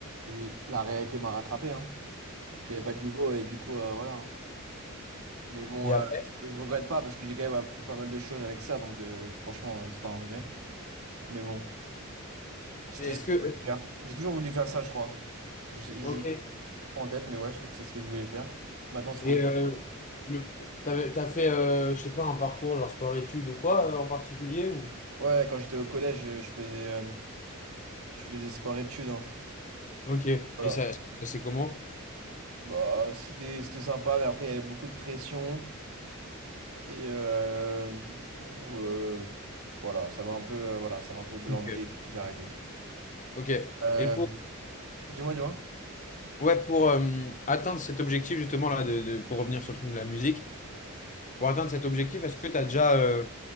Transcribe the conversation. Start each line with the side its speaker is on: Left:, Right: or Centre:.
Right: j'ai, la réalité m'a rattrapé, hein. Puis J'avais pas le niveau et du coup, euh, voilà. hein. Mais bon,
Left: Et après,
Right: euh, je regrette pas parce que j'ai quand même appris pas mal de choses avec ça, donc euh, franchement, euh, c'est pas un regret. Mais bon, c'était
Left: mais est-ce
Right: ce que
Left: que.
Right: je voulais faire. J'ai toujours voulu faire ça, je crois. Je, sais-
Left: Ok.
Right: je crois en tête, mais ouais, je crois que c'est ce que je voulais faire. Maintenant, c'est
Left: Et
Right: quoi?
Left: euh, le, t'avais- t'as fait, euh, je sais pas, un parcours genre sport-études ou quoi euh, en particulier ou...
Right: Ouais, quand j'étais au collège, euh, je faisais, euh, je faisais sport-études. hein.
Left: Ok. Et
Right: Voilà.
Left: ça, c'est comment?
Right: Bah, c'était, c'était sympa, mais après, il y avait beaucoup de pression. Et euh, du coup, euh, voilà, ça m'a un peu, euh, voilà, ça m'a un peu glandé.
Left: Ok.
Right: J'ai arrêté.
Left: Ok.
Right: Euh,
Left: Et pour,
Right: dis-moi, dis-moi.
Left: ouais, pour euh, atteindre cet objectif, justement, là, de, de- pour revenir sur le truc de la musique, pour atteindre cet objectif, est-ce que tu as déjà euh,